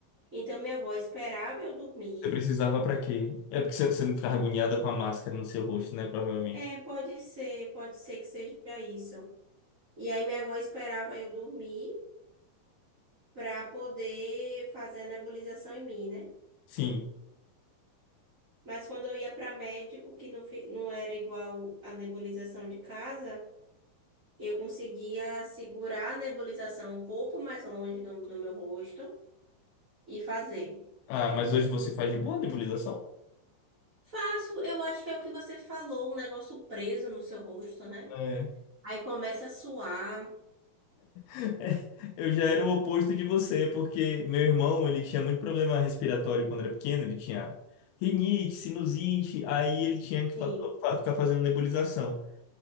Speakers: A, on the right; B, on the left.
A: Então, minha avó esperava eu dormir.
B: Você precisava pra quê? É porque você, você não ficava agoniada com a máscara no seu rosto, né? Provavelmente.
A: É, pode ser, pode ser que seja isso. E aí, minha avó esperava eu dormir. para poder fazer a nebulização em mim, né?
B: Sim.
A: Mas quando eu ia para médico, que não, fi- não era igual a nebulização de casa, eu conseguia segurar a nebulização um pouco mais longe do, do meu rosto e fazer.
B: Ah, mas hoje você faz de boa a nebulização?
A: Faço, eu acho que é o que você falou, um negócio preso no seu rosto, né?
B: É.
A: Aí começa a suar.
B: <laughs> Eu já era o oposto de você, porque meu irmão, ele tinha muito problema respiratório quando era pequeno, ele tinha rinite, sinusite, aí ele tinha que fa-
A: Sim,
B: fa- ficar fazendo nebulização.